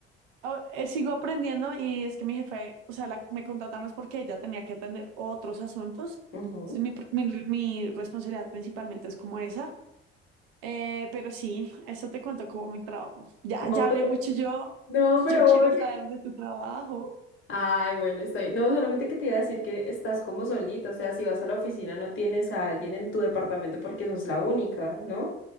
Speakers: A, on the right (about 65°); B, on the left (about 40°).
A: ah, eh, sigo aprendiendo y es que mi jefe, o sea, la- me contrataron es porque ella tenía que atender otros asuntos.
B: Ujú.
A: Entonces, mi, mi mi responsabilidad principalmente es como esa Eh, pero sí, eso te cuento como mi trabajo. Ya, ya
B: No,
A: hablé
B: pero,
A: mucho yo,
B: no, pero
A: yo quiero
B: obvio.
A: saber de tu trabajo.
B: Ay, bueno, estoy. No, solamente que te iba a decir que estás como solita, o sea, si vas a la oficina no tienes a alguien en tu departamento porque sos la única, ¿no? O